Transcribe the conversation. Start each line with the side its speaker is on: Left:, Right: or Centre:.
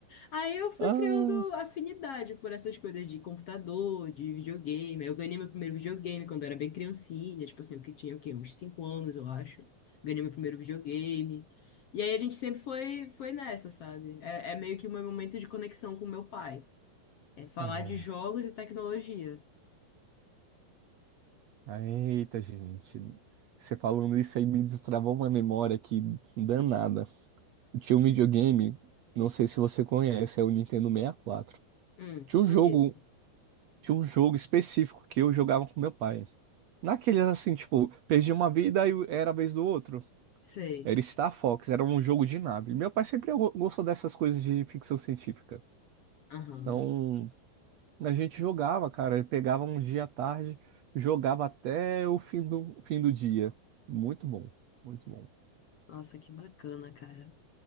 Left: Aí eu fui
Right: Ah,
Left: criando afinidade por essas coisas de computador, de videogame. Eu ganhei meu primeiro videogame quando eu era bem criancinha, tipo assim, que tinha o quê? Uns 5 anos, eu acho. Ganhei meu primeiro videogame. E aí a gente sempre foi, foi nessa, sabe? É, é meio que o meu momento de conexão com meu pai. É falar
Right: é.
Left: de jogos e tecnologia.
Right: Ah, Eita, gente. Você falando isso aí me destravou uma memória aqui danada. Tinha um videogame, não sei se você conhece, é o Nintendo 64.
Left: Hum,
Right: Tinha
Left: então
Right: um jogo,
Left: é isso.
Right: tinha um jogo específico que eu jogava com meu pai. Naqueles assim, tipo, perdi uma vida e era a vez do outro.
Left: Sei.
Right: Era Star Fox, era um jogo de nave. Meu pai sempre go- gostou dessas coisas de ficção científica.
Left: Aham.
Right: Então, a gente jogava, cara, pegava um dia à tarde, jogava até o fim do, fim do dia. Muito bom, muito bom.
Left: Nossa, que bacana, cara.